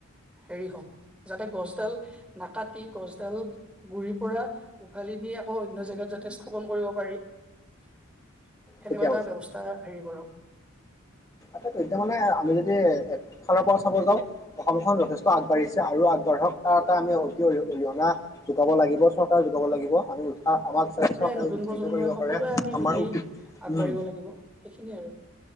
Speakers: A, in the centre; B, on the left (about 15°).
A: হেৰি হওক যাতে গছডাল নাকাটি গছডাল গুৰি পৰা উভালি নি আকৌ অন্য জেগাত যাতে স্থাপন কৰিব পাৰি সেনেকুৱা
B: ঠিকে
A: এটা ব্যৱস্থা হেৰি কৰক।
B: ত এতিয়া মানে আমি যদি একফালৰ পৰা চাব যাওঁ অসমখন যথেষ্ট আগবাঢ়িছে আৰু ধক তাৰ এটা আমি অতি অৰিহণা যোগাব লাগিব চৰকাৰে যোগাব লাগিব আমি উ সমাজ চৰকাৰে
A: নতুন
B: উৎসাহিত
A: প্ৰজন্মই
B: কৰিব
A: সকলোৱে
B: পাৰে
A: আমি
B: আমাৰ
A: মিলি
B: উম
A: আগবাঢ়িব লাগিব সেইখিনিয়ে আৰু